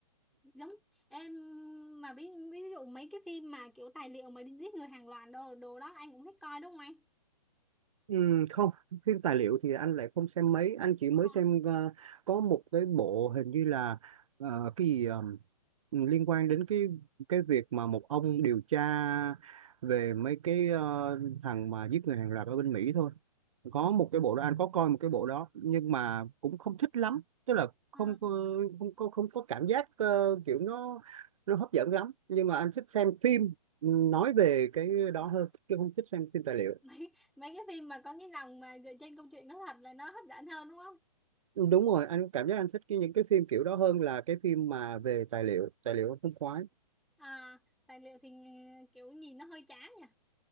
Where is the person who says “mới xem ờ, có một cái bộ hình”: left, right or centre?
Right